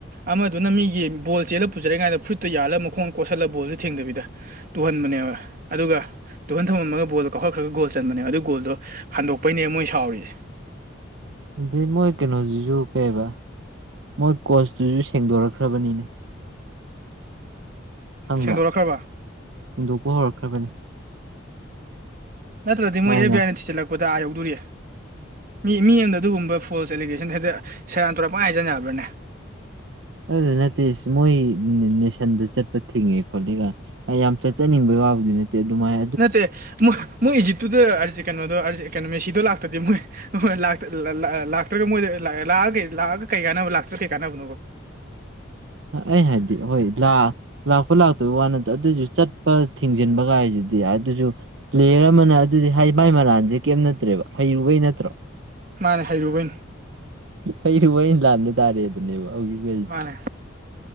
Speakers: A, on the right; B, on the right.
A: ꯑꯃꯗꯨꯅ ꯃꯤꯒꯤ ꯕꯣꯜ ꯆꯦꯜꯂ ꯄꯨꯖꯔꯦꯏ ꯀꯥꯏꯗ ꯐꯨꯠꯇꯨ ꯌꯥꯜꯂ ꯃꯈꯣꯡ ꯀꯣꯠꯁꯤꯜꯂ ꯕꯣꯜꯗꯨ ꯊꯦꯡꯗꯕꯤꯗ ꯇꯨꯍꯟꯕꯅꯦꯕ ꯑꯗꯨꯒ ꯇꯨꯍꯟ ꯊꯝꯂꯝꯃꯒ ꯣꯜ ꯀꯥꯎꯈꯠꯂ꯭ꯔꯒꯣꯜ ꯆꯕꯅꯦ ꯑꯗꯨ ꯒꯣꯜꯗꯣ ꯍꯟꯗꯄꯅꯦ ꯃꯣꯏ ꯁꯥꯎꯔꯤꯁꯦ
B: ꯑꯗꯩ ꯃꯣꯏ ꯀꯩꯅꯣꯁꯤꯁꯨ ꯀꯩꯕ ꯃꯣꯏ ꯀꯣꯆꯇꯨꯁꯨ ꯁꯦꯡꯗꯣꯔꯛꯈ꯭ꯔꯕꯅꯤꯅꯦ ꯈꯪꯕ꯭ꯔꯥ
A: ꯁꯦꯡꯗꯣꯔꯛꯈ꯭ꯔꯕ
B: ꯁꯦꯡꯗꯣꯛꯄ ꯍꯧꯔꯛꯈ꯭ꯔꯕꯅꯤ
A: ꯅꯠꯇ꯭ꯔꯥꯗꯤ ꯃꯣꯏ
B: ꯃꯥꯏ
A: ꯑꯦꯐ
B: ꯃꯥꯏ
A: ꯕꯤ ꯑꯥꯏꯅ ꯊꯤꯖꯤꯜꯂꯛꯄꯗ ꯑꯥ ꯌꯧꯗꯣꯔꯤ ꯃꯤ-ꯃꯤ ꯑꯃꯅ ꯑꯗꯨꯒꯨꯝꯕ ꯐꯣꯜꯁ ꯑꯦꯂꯤꯒꯦꯁꯟ ꯍꯦꯛꯇ ꯁꯦꯔꯥꯟ ꯇꯨꯔꯥꯟ ꯄꯪꯍꯥꯏ ꯍꯥꯏꯖꯤꯟ ꯌꯥꯕ꯭ꯔꯥꯅꯦ
B: ꯑꯗꯨꯗꯣ ꯅꯠꯇꯦ ꯃꯣꯏ ꯅꯦ-ꯅꯦꯁꯟꯗ ꯆꯠꯄ ꯊꯤꯡꯉꯦ ꯈꯣꯠꯂꯤꯒ ꯒꯥꯏ ꯑꯌꯥꯝ ꯆꯠꯆꯅꯤꯡꯕꯩ ꯋꯥꯕꯨꯗꯤ ꯅꯠ ꯗꯦ ꯗꯨꯃꯥꯏ
A: ꯅꯠꯇꯦ ꯃꯣꯏ-ꯃꯣꯏ ꯏꯖꯤꯞꯇꯨꯗ ꯑꯥꯔꯖꯦ ꯀꯩꯅꯣꯗꯣ ꯑꯥꯔꯖꯦ ꯀꯩꯅꯣꯗꯣ ꯃꯦ ꯁꯤꯗꯣ ꯂꯥꯛꯇ꯭ꯔꯥꯗꯤ ꯃꯣꯏ ꯍꯣꯏ ꯂꯥꯛꯇ ꯂꯥ-ꯂꯥ-ꯂꯥꯛ ꯂꯥꯛꯇ꯭ꯔꯥꯒ ꯃꯣꯏꯗ ꯂꯥꯛꯑꯒ ꯀꯩ ꯀꯥꯟꯅꯕ ꯂꯥꯛꯇ꯭ꯔꯥ ꯀꯩ ꯀꯥꯟꯅꯕꯅꯕꯣ
B: ꯑꯥ ꯑꯩ ꯍꯥꯏꯗꯤ ꯍꯣꯏ ꯂꯥ ꯂꯥꯛꯄ ꯂꯥꯛꯇꯕ ꯋꯥ ꯅꯠꯇ ꯑꯗꯨꯁꯨ ꯆꯠꯄ ꯊꯤꯡꯖꯤꯟꯕ ꯒꯥꯏꯁꯤꯗꯤ ꯑꯗꯨꯁꯨ ꯄ꯭ꯂꯦꯌꯔ ꯑꯃꯅ ꯑꯗꯨꯗꯤ ꯍꯥꯏ ꯃꯥꯏ ꯃꯔꯥꯟꯖꯦ ꯀꯦꯝ ꯅꯠꯇ꯭ꯔꯦꯕ ꯍꯩꯔꯨꯕꯩ ꯅꯠꯇ꯭ꯔꯣ
A: ꯃꯥꯅꯦ ꯍꯩꯔꯨꯕꯩꯅꯤ
B: ꯍꯩꯔꯨꯕꯩ ꯑꯩꯅ ꯂꯥꯟꯕ ꯇꯥꯔꯦ ꯑꯗꯨꯅꯦꯕ ꯍꯧꯖꯤꯛ ꯂꯩꯔꯤ
A: ꯃꯥꯅꯦ